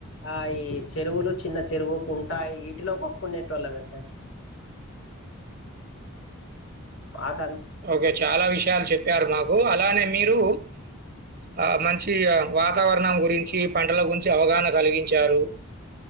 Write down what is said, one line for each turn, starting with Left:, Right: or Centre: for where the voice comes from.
Left: ఆ ఈ చెరువులు చిన్న చెరువు, కుంట వీటిలో కొట్టుకునేటోళ్ళమే సార్ మాక్
Right: ఓకే చాలా విషయాలు చెప్పారు మాకు. అలానే మీరు ఆ మంచ్ వాతావరణం గురించి, పంటల గురించి అవగాహన కలిగించారు.